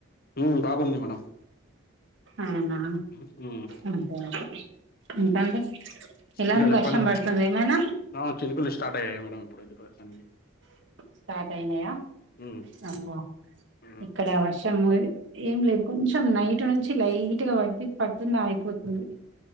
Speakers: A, on the left; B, on the right.
A: ఉం బాగుంది మేడమ్
B: అవునా
A: హ్మ్
B: అదే అదే ఇంకాండి ఎలాంది
A: ఇంకా చెప్పాలి
B: వర్షం
A: మేడం
B: పడుతుంది ఏమైనా
A: ఆ చినుకులు స్టార్ట్ అయ్యాయి మేడం ఇప్పుడైతే ప్రస్తుతానికి
B: స్టార్ట్ అయినాయా
A: హ్మ్
B: అమ్మో
A: హ్మ్
B: ఇక్కడ వర్షము ఏం లేదు కొంచెం నైట్ నుంచి లైట్ గా పట్టి పడుతుంది అగీపోతుంది